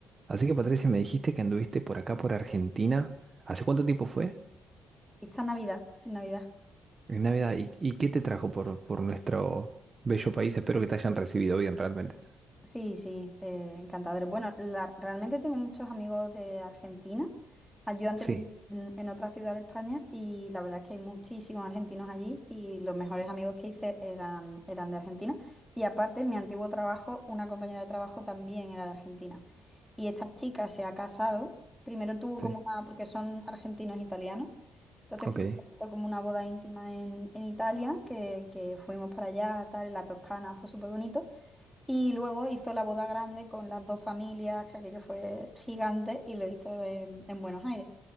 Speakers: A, on the right (about 35°); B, in the centre.
A: Así que Patricia, me dijiste que anduviste por acá, por Argentina. ¿Hace cuánto tiempo fue?
B: Esta Navidad, en Navidad.
A: En Navidad. ¿Y, y qué te trajo por, por nuestro bello país? Espero que te hayan recibido bien realmente.
B: Sí, sí, eh, encantadores. Bueno, la- realmente tengo muchos amigos de Argentina. Ah, Yo antes
A: Sí,
B: vivía en, en otra ciudad de España y la verdad es que hay muchísimos argentinos allí y los mejores amigos que hice eran, eran de Argentina. Y aparte, en mi antiguo trabajo, una compañera de trabajo también era de Argentina. Y esta chica se ha casado. Primero tuvo
A: sí.
B: como una, porque son argentinos italianos. Entonces,
A: Ok,
B: primero fue como una boda íntima en, en Italia, que, que fuimos para allá, tal, en la Toscana, fue súper bonito. Y luego hizo la boda grande con las dos familias, que aquello fue gigante, y lo hizo en, en Buenos Aires.